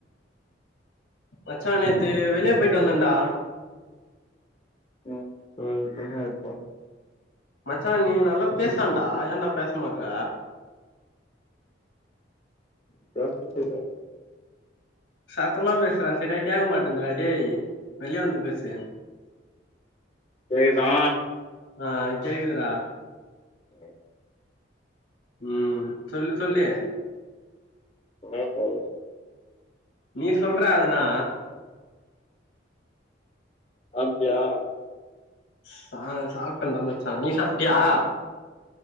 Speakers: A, on the left; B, on the left.
A: மச்சா நேத்து வெளிய போயிட்டு வந்தேன்டா
B: ம் போயிட்டு மச்சா
A: மச்சா நீ நல்லா பேசன்டா ஏன்டா பேச மாட்ற
B: பேச தெரியாது
A: சத்தமா பேசுரா செரியா கேக்கமாட்டுந்துரா டேய் வெளிய வந்து பேசு
B: ஏய் வேணா
A: ஆ கேக்குது ரா
B: ஏ
A: ம் சொல்லு சொல்லு
B: என்னா சொல்ற
A: நீ சொல்ரா அதனா
B: சாப்டியா
A: சா சாப்ட்டேன்டா மச்சா நீ சாப்ட்டியா